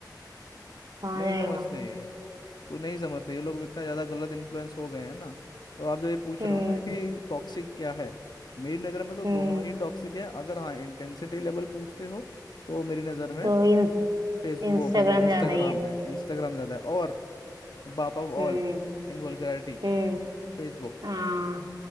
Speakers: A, on the right; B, on the left.
A: कहाँ
B: नहीं
A: जाएगा
B: समझते कोई नहीं समझते ये लोग इतना ज़्यादा गलत इन्फ्लुएंस हो गए हैं ना तो आप जो ये पूछ
A: हम्म
B: रहे हो ना कि टॉक्सिक क्या है मेरी नज़र में तो
A: हम्म
B: दोनों ही टॉक्सिक है अगर हाँ इंटेंसिटी लेवल पूछते हो तो मेरी नज़र में
A: तो इन
B: फेस वो
A: इंस्टाग्राम
B: फेसबुक इंस्टाग्राम
A: ज्यादा ही है
B: है इंस्टाग्राम ज़्यादा है और बाप of
A: हम्म
B: all in vulgarity
A: हम्म
B: Facebook
A: हाँ